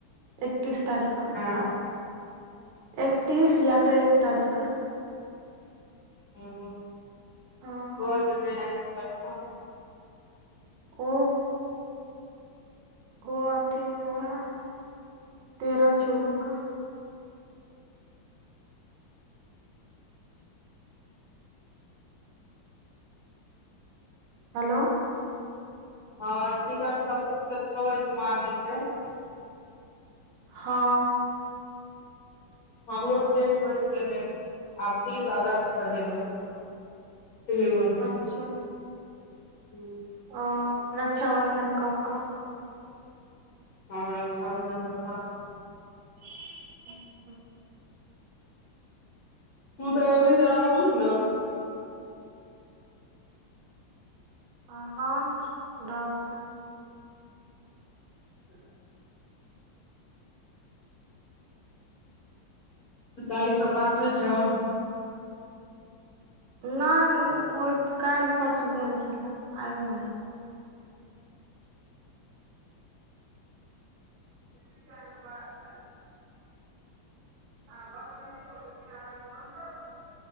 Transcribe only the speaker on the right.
एकतीस तारिख क।
एकतीस या तऽ एक तारीख क।
हँ
ओ कथीन वैह तेरह चौदह क। हलो
हँ
अच्छा
ओ रक्षाबन्धन क क।
<unintelligible>
आ हँ रहबै।
नै मूक काल्हि परसू भेल छले आइ नै भेलए। <inaudible> हँ <inaudible>